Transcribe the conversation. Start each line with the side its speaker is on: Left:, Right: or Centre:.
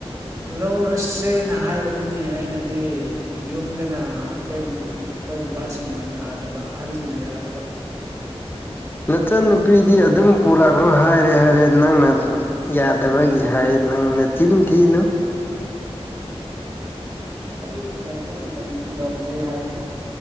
Right: ꯂꯧꯔꯁꯦꯅ ꯍꯥꯏꯕꯅꯤꯅꯦ ꯑꯩꯅꯗꯤ ꯌꯨꯝꯗꯅ ꯑꯩꯈꯣꯏ ꯑꯩꯈꯣꯏ ꯕꯕꯥꯁꯤꯡꯅ ꯌꯥꯗꯕ ꯑꯍꯟꯁꯤꯡꯅ ꯌꯥꯗꯕ
Left: ꯅꯆꯟꯅꯨꯄꯤꯗꯤ ꯑꯗꯨꯝ ꯄꯨꯔꯛꯈ꯭ꯔꯣ ꯍꯥꯏꯔꯦ ꯍꯥꯏꯔꯦ ꯅꯪꯅ ꯌꯥꯗꯕꯒꯤ ꯍꯥꯏ ꯅꯪꯅ ꯆꯤꯟ ꯊꯤꯅꯨ
Right: ꯀꯗ ꯍꯧꯖꯤꯛ ꯄꯨꯅꯔꯛꯄ ꯃꯇꯝ ꯌꯎꯗ꯭ꯔꯤ ꯍꯥꯏ